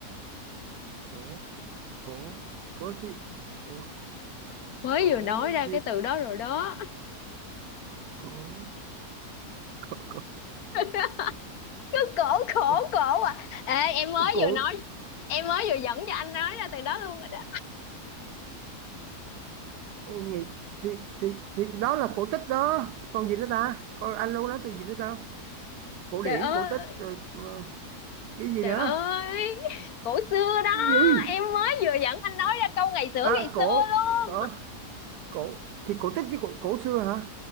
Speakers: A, on the right (about 90°); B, on the left (about 65°).
A: cổ cổ cổ thì cổ
B: mới
A: cổ
B: vừa nói ra cái từ đó rồi đó
A: cổ cổ cổ
B: <laughs> cứ cổ khổ
A: cổ
B: cổ à ê em mới
A: cổ
B: vừa nói em mới vừa dẫn cho anh nói ra từ đó luôn rồi đó
A: cổ nghĩ thì thì thì đó là cổ tích đó còn gì nữa ta còn anh luôn nói từ gì nữa ta cổ
B: trời
A: điển
B: ơi
A: cổ tích rồi ờ, cái gì
B: trời
A: nữa
B: ơi cổ xưa đó
A: cái gì
B: em mới vừa dẫn anh nói ra câu ngày xưa
A: à
B: ngày
A: cổ
B: xưa luôn
A: cổ cổ thì cổ tích với cổ, cổ xưa hả